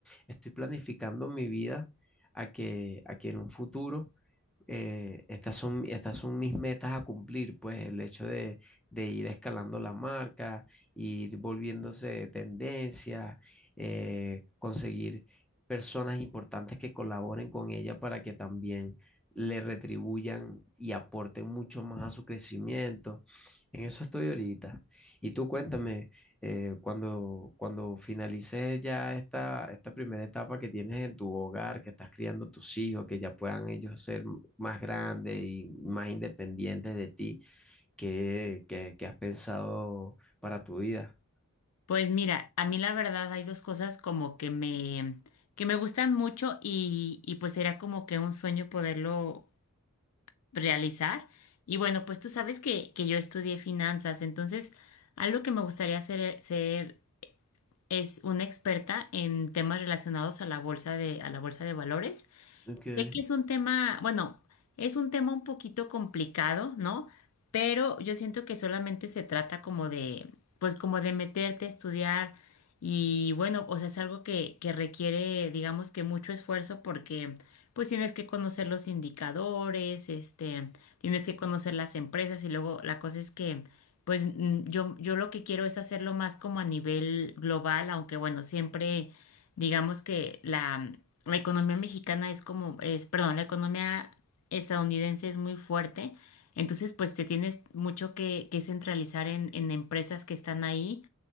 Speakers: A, in the centre; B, on the left (about 75°).
A: estoy planificando mi vida a que, a que en un futuro eh, estas son, estas son mis metas a cumplir, pues el hecho de, de ir escalando la marca, ir volviéndose tendencia, eh, conseguir personas importantes que colaboren con ella para que también le retribuyan y aporten mucho más a su crecimiento. En eso estoy ahorita. Y tú cuéntame, eh, cuando, cuando finalices ya esta, esta primera etapa que tienes en tu hogar, que estás criando tus hijos, que ya puedan ellos ser más grandes y más independientes de ti, que que qué has pensado para tu vida?
B: Pues mira, a mí la verdad hay dos cosas como que me, que me gustan mucho y, y pues era como que un sueño poderlo realizar. Y bueno, pues tú sabes que, que yo estudié finanzas, entonces algo que me gustaría hacer, e- ser es una experta en temas relacionados a la bolsa de, a la bolsa de valores.
A: okay
B: Sé que es un tema, bueno, es un tema un poquito complicado, ¿no? Pero yo siento que solamente se trata como de, pues como de meterte a estudiar y bueno, o sea, es algo que, que requiere, digamos que mucho esfuerzo porque pues tienes que conocer los indicadores, este, tienes que conocer las empresas y luego la cosa es que, pues mm, yo, yo lo que quiero es hacerlo más como a nivel global, aunque bueno, siempre Digamos que la, la economía mexicana es como, es, perdón, la economía estadounidense es muy fuerte, entonces pues te tienes mucho que, que centralizar en, en empresas que están ahí